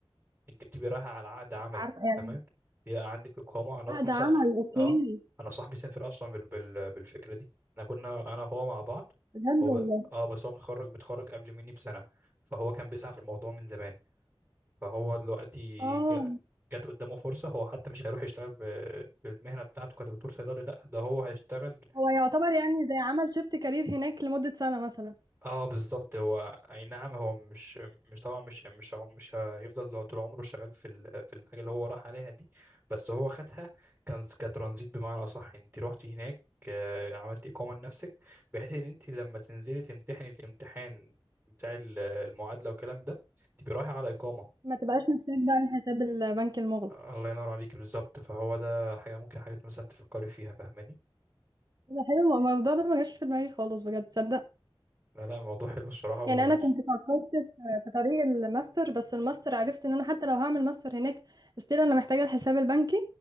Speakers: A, on the right; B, on the right.
A: انت بتبقي رايحه على عقد عمل
B: عارفه يعني
A: تمام بيبقى عندك اقامه انا
B: عقد
A: اصلا صح...
B: عمل اوكي
A: اه انا صاحبي سافر اصلا بال... بال... بالفكره دي احنا كنا انا وهو مع بعض
B: بجد
A: هو
B: والله
A: ب... اه بس هو متخرج بيتخرج قبل مني بسنه فهو كان بيسعى في الموضوع من زمان فهو دلوقتي
B: اه
A: جا... جات قدامه فرصه هو حتى مش هيروح يشتغل ب... بالمهنه بتاعته كدكتور صيدلي لا ده هو هيشتغل
B: هو يعتبر يعني زي عمل شيفت كارير هناك لمده سنه مثلا
A: اه بالظبط هو اي نعم هو مش مش طبعا مش مش هو- مش هيفضل لو طول عمره شغال في ال- في الحاجه اللي هو راح عليها دي بس هو خدها كان كترانزيت بمعنى اصح انت رحتي هناك آه، عملتي اقامه لنفسك بحيث ان انت لما تنزلي تمتحني الامتحان بتاع ال- المعادله والكلام ده تبقي رايحه على اقامه
B: ما تبقاش محتاج بقى الحساب البنك المغلق
A: الله ينور عليك بالظبط فهو ده حاجه ممكن حاجات مثلا تفكري فيها فاهماني
B: ده حلو ما- ما الموضوع ده ما جاش في دماغي خالص بجد تصدق
A: لا لا الموضوع حلو الصراحه و...
B: يعني انا كنت فكرت في في طريق الماستر بس الماستر عرفت ان انا حتى لو هعمل ماستر هناك استيل انا محتاجه الحساب البنكي